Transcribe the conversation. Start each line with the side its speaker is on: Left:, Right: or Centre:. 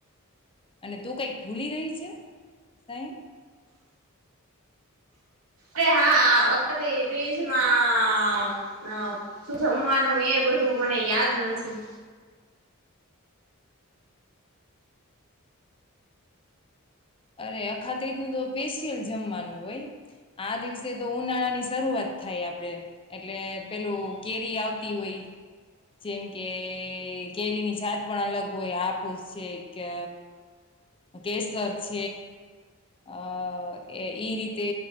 Left: અને તું કઈક ભૂલી રહી છે? સાઈન
Right: અરે હા હા અ શું જમવાનુંને એ બધું મને યાદ નથી.
Left: અરે અખાત્રીજ નું તો <unintelligible> જમવાનું હોય આ દિવસે તો ઉનાળા ની શરૂઆત થાય આપડે. એટલે પેલું કેરી આવતી હોય જેમ કે કેરીની જાત પણ અલગ હોય, હાપુસ છે કે અ કેસર પછ અ ઈ રીતે